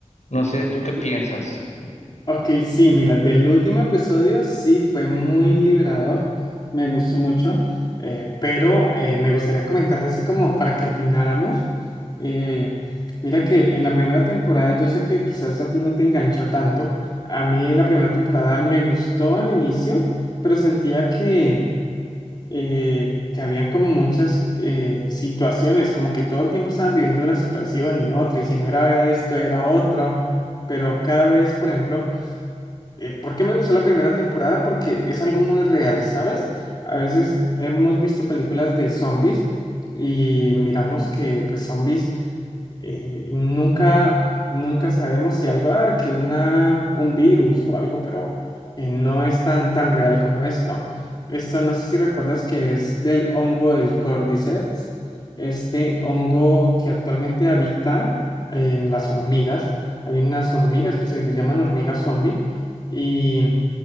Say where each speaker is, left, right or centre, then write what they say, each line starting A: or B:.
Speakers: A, on the left; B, on the left.
A: No sé, ¿tú qué piensas?
B: Ok, sí, mira, del último episodio sí fue muy liberador, me gustó mucho, eh, pero eh, me gustaría comentarte así como para que opináramos. Eh, mira que en la primera temporada, yo sé que quizás a ti no te enganchó tanto, a mí la primera temporada me gustó al inicio, pero sentía que eh, que habían como muchas eh, situaciones, como que todo el tiempo estaban viviendo una situación y otra, y si no era esto, era otra, pero cada vez, por ejemplo, eh, ¿por qué me gustó la primera temporada? Porque es algo muy real, ¿sabes? A veces hemos visto películas de zombies y miramos que pues zombies eh, nunca, nunca sabemos si algo, ah, que una, un virus o algo, pero eh, no es tan, tan real como esto. Esto no sé si recuerdas que es del hongo del Cordyceps, este hongo que actualmente habita en las hormigas. Hay unas hormigas que se les llaman hormigas zombie y,